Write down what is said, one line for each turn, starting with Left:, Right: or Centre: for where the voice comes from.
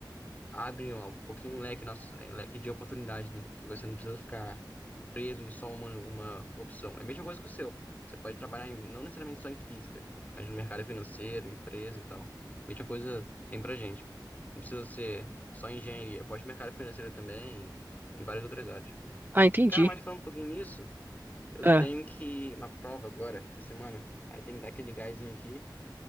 Left: abre ó, um pouquinho o leque, nosso, eh, leque de oportunidade, né? Porque você não precisa ficar preso em só uma, uma opção. É a mesma coisa que o seu. Você pode trabalhar em- não necessariamente só em física, mas no mercado financeiro, empresa e tal. Mesma coisa tem pra gente. Não precisa ser só engenharia, pode mercado financeiro também, em várias outras áreas.
Right: Ah, entendi.
Left: Cara, mas falando um pouquinho nisso, eu
Right: É.
Left: tenho que uma prova agora, essa semana. Aí tem que dar aquele gásinho aqui